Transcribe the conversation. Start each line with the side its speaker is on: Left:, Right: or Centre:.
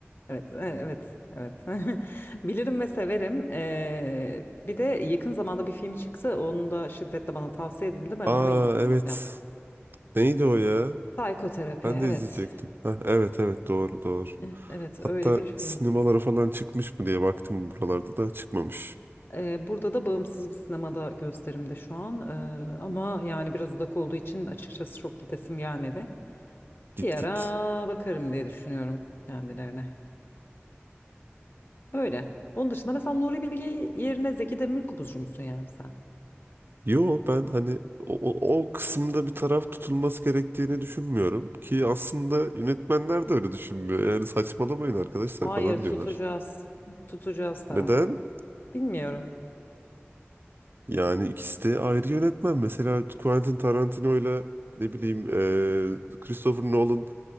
Left: Evet, e, evet, evet. <laughs> Bilirim ve severim. Ee, bir de yakın zamanda bir film çıktı. Onu da şiddetle bana tavsiye edildi. Ben
Right: Aa
Left: onu izleyeceğim.
Right: evet. Neydi o ya?
Left: Psikoterapi,
Right: Ben
Left: evet.
Right: de izleyecektim. Heh, evet evet doğru doğru.
Left: E, Evet,
Right: Hatta
Left: öyle bir film.
Right: sinemalara falan çıkmış mı diye baktım buralarda da çıkmamış.
Left: Ee, burada da bağımsız bir sinemada gösterimde şu an. Ee, ama yani biraz uzak olduğu için açıkçası çok gidesim gelmedi.
Right: Git
Left: Bir ara
Right: git.
Left: bakarım diye düşünüyorum kendilerine. Öyle. Onun dışında mesela Nuri Bilge yerine Zeki Demirkubuzcu musun yani sen?
Right: Yo ben hani o, o, o kısımda bir taraf tutulması gerektiğini düşünmüyorum ki aslında yönetmenler de öyle düşünmüyor. Yani saçmalamayın arkadaşlar
Left: Hayır
Right: falan diyorlar.
Left: tutacağız. Tutacağız taraf.
Right: Neden?
Left: Bilmiyorum.
Right: Yani ikisi de ayrı yönetmen. Mesela Quentin Tarantino ile ne bileyim eee, Christopher Nolan